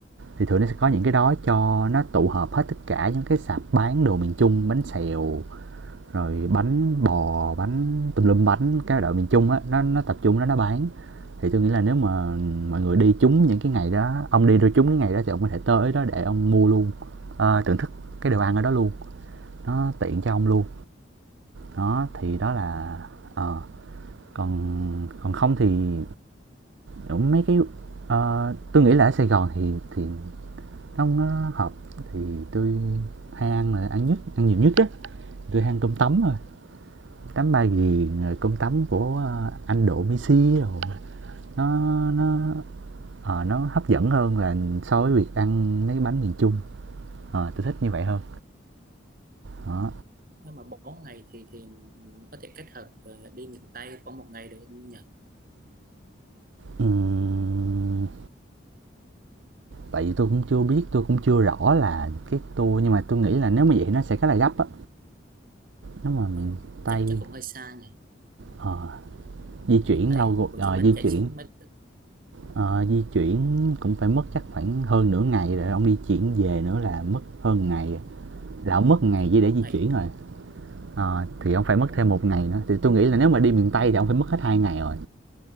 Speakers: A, on the right (about 75°); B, on the right (about 45°).
A: thì thường nó sẽ có những cái đó cho nó tụ hợp hết tất cả những cái sạp bán đồ miền Trung, bánh xèo, rồi bánh bò, bánh tùm lum bánh, cái đội miền Trung á, nó nó tập trung đó nó bán. Thì tôi nghĩ là nếu mà mọi người đi trúng những cái ngày đó, ông đi rồi trúng cái ngày đó thì ông có thể tới đó để ông mua luôn, ờ, thưởng thức cái đồ ăn ở đó luôn, nó tiện cho ông luôn. Đó, thì đó là
B: ừ.
A: ờ, còn còn không thì cũng mấy cái ờ, tôi nghĩ là ở Sài Gòn thì thì nó nó hợp thì tôi hay ăn là ăn nhất, ăn nhiều nhất á, tôi hay ăn cơm tấm rồi tắm ba ghiền rồi cơm tấm của ờ, anh độ messi rồi nó nó ờ, nó hấp dẫn hơn là so với việc ăn mấy cái bánh miền trung à tôi thích như vậy hơn đó
B: nếu mà bốn ngày thì thì mình có thể kết hợp ờ, đi miền Tây khoảng một ngày được không nhỉ
A: Ừm, tại vì tôi cũng chưa biết tôi cũng chưa rõ là cái tour nhưng mà tôi nghĩ là nếu mà vậy nó sẽ khá là gấp á nếu mà miền
B: Ờ,
A: tây
B: chắc chắc cũng hơi xa nhỉ
A: ờ, di chuyển
B: miền Tây
A: đâu rồi-
B: Hồ
A: ờ,
B: Chí Minh
A: di
B: chạy
A: chuyển
B: xuống mấy
A: ờ, di chuyển cũng phải mất chắc khoảng hơn nửa ngày rồi ông đi chuyển về nữa
B: ừ,
A: là mất hơn ngày rồi.
B: ừ,
A: là ông mất ngày chỉ
B: bốn
A: để di
B: ngày
A: chuyển rồi Ờ, thì ông phải mất
B: bốn
A: thêm một ngày nữa thì tôi nghĩ là nếu mà đi miền Tây thì ông phải mất hết hai ngày rồi